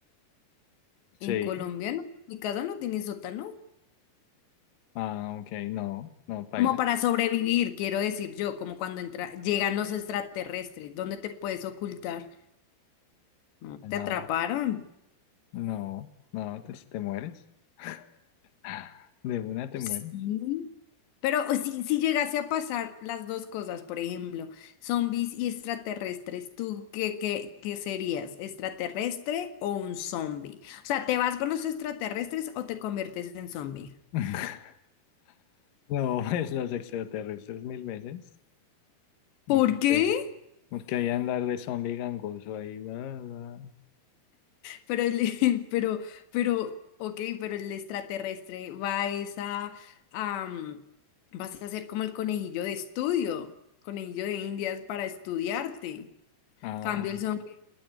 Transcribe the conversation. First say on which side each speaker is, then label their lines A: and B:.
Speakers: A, on the left; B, on the left.
A: Sí.
B: En Colombia no, mi casa no tiene sótano.
A: Ah, ok, no, no, paila.
B: Como para sobrevivir, quiero decir yo, como cuando entra, llegan los extraterrestres, ¿dónde te puedes ocultar? No,
A: Ah,
B: ¿Te atraparon?
A: No, no, te, te mueres. <laughs> De una te
B: Sí.
A: mueres.
B: Pero o si, si llegase a pasar las dos cosas, por ejemplo, zombies y extraterrestres, ¿tú qué, qué, qué serías? ¿Extraterrestre o un zombie? O sea, ¿te vas con los extraterrestres o te conviertes en zombie?
A: <laughs> No, es los extraterrestres mil veces. Porque,
B: ¿Por qué?
A: porque ahí andar de zombie gangoso ahí, va, va.
B: Pero el, <laughs> pero, pero, ok, pero el extraterrestre va a esa, am, vas a ser como el conejillo de estudio, conejillo de Indias para estudiarte.
A: Ah,
B: Cambio el zombie.